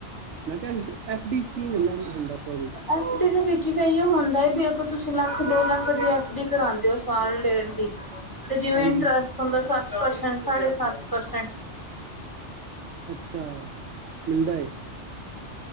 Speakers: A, on the right; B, on the left.
A: ਮੈਂ ਕਿਹਾ ਐਫ ਡੀ 'ਚ ਕੀ ਹੁੰਦਾ ਪ੍ਰੋਫਿਟ?
B: ਐਫ ਡੀ ਦੇ ਵਿੱਚ ਵੀ ਇਅਹੋ ਹੁੰਦਾ ਹੈ ਬੀ ਅਗਰ ਤੁਸੀਂ ਲੱਖ ਦੋ ਲੱਖ ਦੀ ਐਫ ਡੀ ਕਰਾਉਂਦੇ ਹੋ। ਸਾਲ, ਡੇਢ ਤੇ ਜਿਵੇਂ
A: ਹਾਂਜੀ
B: ਇੰਟਰਸਟ ਹੁੰਦਾ ਸੱਤ ਪਰਸੈਂਟ ਸਡਏ ਸੱਤ ਪਰਸੈਂਟ।
A: ਅੱਛਾ ਮਿਲਦਾ ਹੈ।